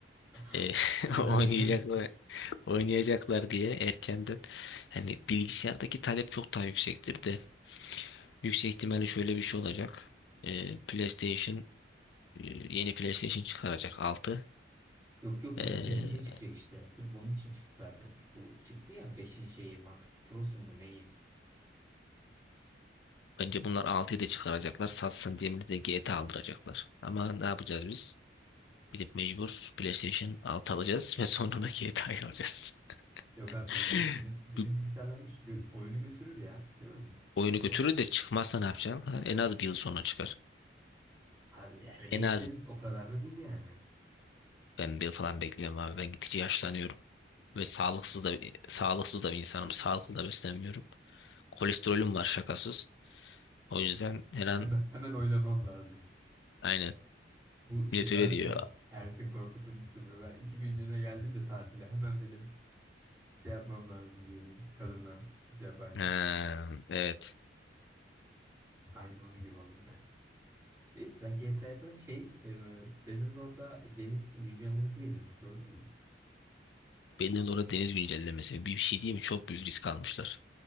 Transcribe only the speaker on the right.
<laughs>
Oynarken.
Yok yok
PlayStation şey çıkacak işte. Sırf onun için çıktı zaten. Bu çıktı ya beşin şeyi Max Pro'su mu neyi?
Yok abi
PlayStation bizim, bizim
bilgisayarlar şu gö- oyunu götürür ya. Değil mi? Sıkıntı
o.
Abi yani
bekleriz
o kadar da değil yani.
Hemen, hemen oylamam lazım.
Bu şey
vardı
ya Ersin Korkut'un kitabı. Ben iki günlüğüne geldi de tatile hemen benim şey yapmam lazım diyordum kadınla şey yaparken.
Aynı onun gibi oldu kanka. Neyse sen GTA'yı bırak şey e, Bannerlord'a deniz güncellemesi geliyormuş gördün mü?